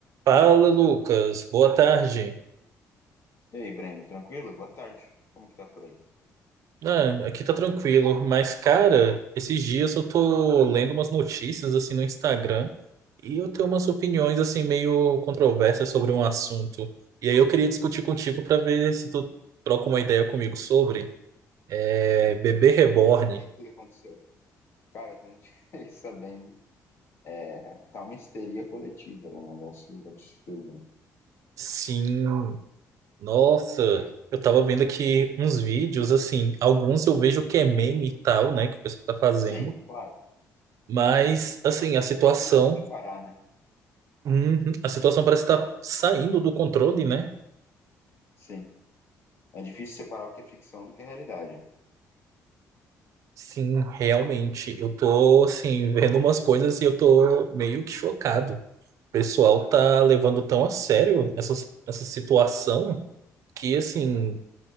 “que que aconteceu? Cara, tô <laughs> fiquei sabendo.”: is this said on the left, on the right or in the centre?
Left